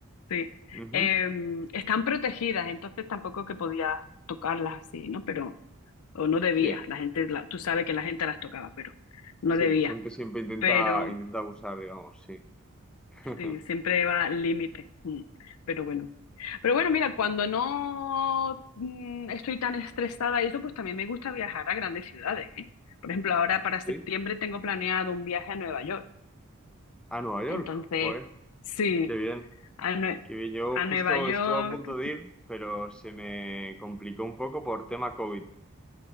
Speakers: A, on the left (about 75°); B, in the centre.
A: Sí,
B: ujú,
A: Em, están protegidas, entonces tampoco que podías tocarlas así, ¿no? Pero, o no debías,
B: Sí,
A: la gente, la- tú sabes que la gente las tocaba, pero no
B: sí,
A: debías,
B: la gente siempre intenta,
A: pero
B: intenta abusar, digamos, sí. <laughs>
A: sí, siempre va al límite, Mm, pero bueno. Pero bueno, mira, cuando no mm, estoy tan estresada y eso, pues también me gusta viajar a grandes ciudades, ¿eh? Por ejemplo, ahora para septiembre
B: ¿Sí?
A: tengo planeado un viaje a Nueva York,
B: A Nueva York,
A: entonces,
B: joder,
A: sí,
B: qué bien,
A: a, Nue-
B: qué bien. Yo
A: a
B: justo
A: Nueva York.
B: estuve a punto de ir, pero se me complicó un poco por tema COVID.